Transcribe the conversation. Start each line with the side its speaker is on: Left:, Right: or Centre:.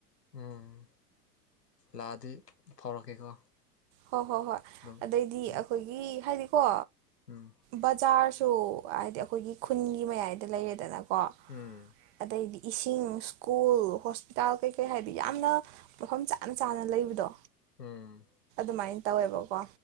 Left: ꯎꯝ ꯂꯥꯛꯑꯗꯤ ꯐꯥꯎꯔꯛꯀꯦꯀꯣ
Right: ꯍꯣꯏ ꯍꯣꯏ ꯍꯣꯏ
Left: ꯑꯗꯨꯝ
Right: ꯑꯗꯩꯗꯤ
Left: ꯎꯝ
Right: ꯑꯩꯈꯣꯏꯒꯤ ꯍꯥꯏꯗꯤꯀꯣ
Left: ꯎꯝ
Right: ꯕꯖꯥꯔꯁꯨ ꯍꯥꯏꯗꯤ ꯑꯩꯈꯣꯏꯒꯤ ꯈꯨꯟꯒꯤ ꯃꯌꯥꯏꯗ ꯂꯩꯔꯦꯗꯅꯀꯣ
Left: ꯎꯝ
Right: ꯑꯗꯩꯗꯤ ꯏꯁꯤꯡ ꯁ꯭ꯀꯨꯜ ꯍꯣꯁꯄꯤꯇꯥꯜ ꯀꯩꯀꯩ ꯍꯥꯏꯗꯤ ꯌꯥꯝꯅ ꯃꯐꯝ ꯆꯥꯅ ꯆꯥꯅ ꯂꯩꯕꯗꯣ
Left: ꯎꯝ
Right: ꯑꯗꯨꯃꯥꯏꯅ ꯇꯧꯋꯦꯕꯀꯣ